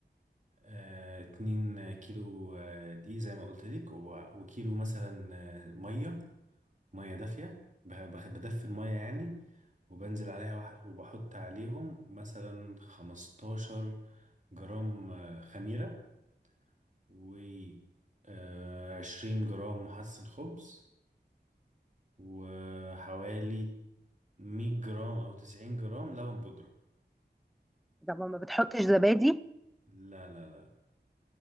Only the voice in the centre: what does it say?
طب ما بتحطش زبادي